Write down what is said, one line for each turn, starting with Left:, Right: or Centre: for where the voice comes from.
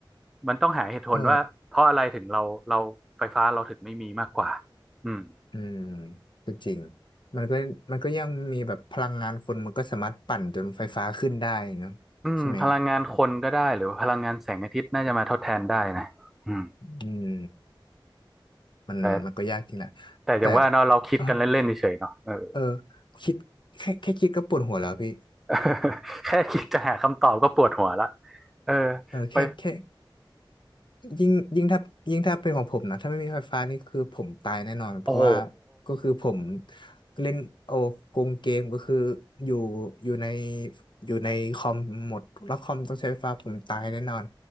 Centre: มันต้องหาเหตุผลว่าเพราะอะไรถึงเราเราไฟฟ้าเราถึงไม่มีมากกว่า
Left: เออ
Centre: อืม
Left: อืมก็จริงมันก็มันก็ยังมีแบบพลังงานคนมันก็สามารถปั่นจนไฟฟ้าขึ้นได้เนอะใช่ไหม
Centre: อืมพลังงานคนก็ได้หรือว่าพลังงานแสงอาทิตย์น่าจะมาทดแทนได้นะอืม
Left: อืมมันมันก็ยากจริงแหละ
Centre: แต่แต่อย่างว่าเนาะเราคิดกันเล่นๆเฉยๆเนาะเออ
Left: แต่ <laughs> เออเออคิดแค่แค่คิดก็ปวดหัวแล้วพี่
Centre: <laughs> แค่คิดจะหาคำตอบก็ปวดหัวละเออไฟ
Left: เออแค่แค่ ยิ่งยิ่งถ้ายิ่งถ้าเป็นของผมนะถ้าไม่มีไฟฟ้านี่คือผมตายแน่นอนเพราะว่า
Centre: โอ้โห
Left: ก็คือผมเล่นโอ้โกงเกมก็คืออยู่อยู่ในอยู่ในคอมหมดแล้วคอมต้องใช้ไฟฟ้าผมตายแน่นอน